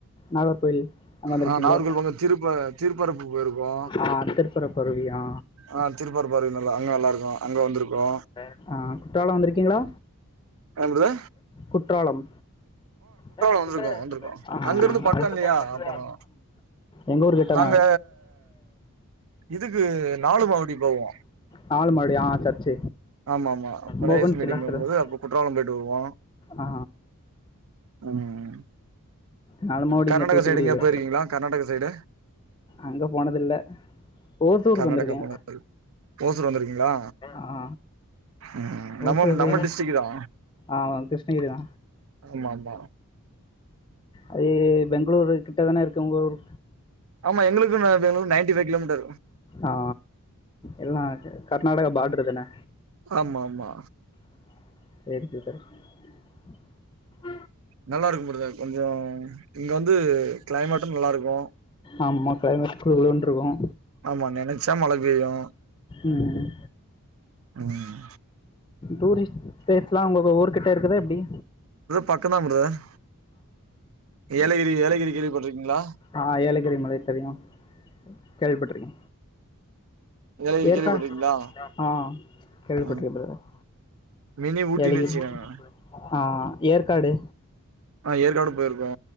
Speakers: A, on the left; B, on the right.
A: நாகர்கோவில் அங்க வந்ருக்கீங்ளோ
B: ஆ நாகர்கோவில் பக்கம் திருப்ப திருப்பரப்பு போயிருக்கோ
A: ஆ திர் திற்பரப்பு அருவியா
B: ஆ திற்பரப்பு அருவி அங்க நல்லா இருக்கு அங்க வந்ருக்கோ
A: அ குற்றாலம் வந்ருக்கீங்ளா
B: என்னது
A: குற்றாலம் ஆ
B: வந்திருக்கோ
A: குற்றாலம் வந்ருக்கே
B: வந்திருக்கோ
A: ஆ
B: அங்கிருந்து
A: நம்மூர்
B: பக்கம் இல்லையா
A: பக்தலதா
B: அப்புறோ
A: எங்க ஊர் கிட்டதா
B: நாங்க இதுக்கு நாலுமாவடி போவோ
A: நாலுமாடி ஆ சர்ச்
B: ஆமா ஆமா பிரேயர்ஸ்
A: மோகன்
B: மீட்டிங்கும்
A: சி லாசரஸ்
B: போது அப்ப குற்றாலம் போயிட்டு வருவோ
A: அ
B: ம்
A: நாலுமாவடி
B: கர்நாடகா
A: இங்க தூத்துக்குடில
B: சைடு எங்கயா போயிருக்கீங்களா கர்நாடகா சைடு
A: அங்க போனதில்ல ஓசூர்கு
B: கர்நாடகா
A: வந்ருக்கே
B: போனது ஓசூர் வந்திருக்கீங்களா
A: ஆ
B: ம் நம்ம
A: ஓசூரு
B: நம்ம டிஸ்ட்ரிக் தா
A: அ கிருஷ்ணகிரி தா
B: ஆமா ஆமா
A: அது பெங்களூரு கிட்ட தானே இருக்கு உங்க ஊர்
B: ஆமா எங்ளுக்கு பெங்ளூர்க்கு நைன்டி ஃபைவ் கிலோமீட்டர் இருக்கு
A: அ எல்லா கர்நாடகா பாட்ரு தானே
B: ஆமா ஆமா
A: <unintelligible>
B: நல்லாருக்கு பிரதர் கொஞ்சோ இங்க வந்து கிளைமேட்டு நல்லா இருக்கு
A: ஆமாம் கிளைமேட் குளு குளுன்ருக்கு
B: ஆமா நெனைச்சா மழ பெய்யு
A: ம்
B: ம்
A: டூரிஸ்ட் பிளேஸ்லா உங்க ஊர்கிட்ட இருக்குதா எப்டி
B: பக்கதா ப்ரதர் ஏலகிரி ஏலகிரி கேள்வி பட்ருக்கீங்ளா
A: ஆ ஏலகிரி மலை தெரியு கேள்விபட்ருக்கே
B: ஏலகிரி
A: ஏற்கா
B: கேள்விப்பட்ருக்கீங்களா
A: ஆ கேள்விபட்ருக்கே
B: ம்
A: பிரதர்
B: மினி ஊட்டினு
A: ஏலகிரி
B: வச்சுக்கோங்க
A: ஆ ஏற்காடு
B: ஆ ஏற்காடு போயிருக்கோ